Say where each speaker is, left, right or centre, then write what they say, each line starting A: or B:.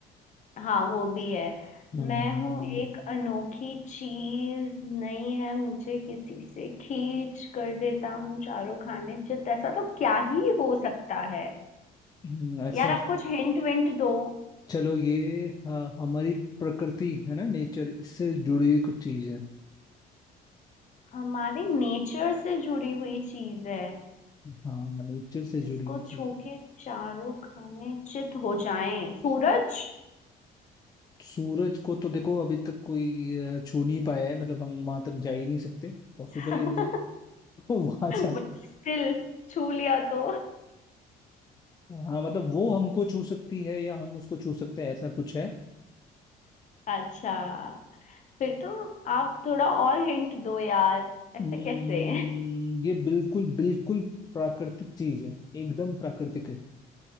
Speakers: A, on the left; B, on the left.
A: हाँ वो भी है
B: हम्म,
A: मैं हूँ एक अनोखी चीज नहीं है मुझे किसी से खींच कर देता हूँ चारों खाने चित ऐसा तो क्या ही हो सकता है
B: हम्म, ऐसा
A: यार आप कुछ हिंट विंट दो
B: चलो ये हाँ हमारी प्रकृति है ना नेचर इससे जुड़ी हुई कुछ चीज है
A: हमारे नेचर से जुड़ी हुई चीज है
B: हाँ नेचर से जुड़ी
A: इसको
B: हुई चीज
A: छू
B: है
A: के चारों खाने चित हो जाएं सूरज
B: सूरज को तो देखो अभी तक कोई अ, छू नहीं पाया है मतलब हम वहां तक जा ही नहीं सकते पॉसिबल
A: <laughs>
B: ही नहीं है <laughs> तो वहां जा
A: बट स्टिल छू लिया तो
B: हाँ मतलब वो हमको छू सकती है या हम उसको छू सकते हैं ऐसा कुछ है
A: अच्छा फिर तो आप थोड़ा और हिंट दो यार ऐसे
B: हम्म,
A: कैसे
B: ये बिल्कुल बिल्कुल प्राकृतिक चीज है एकदम प्राकृतिक है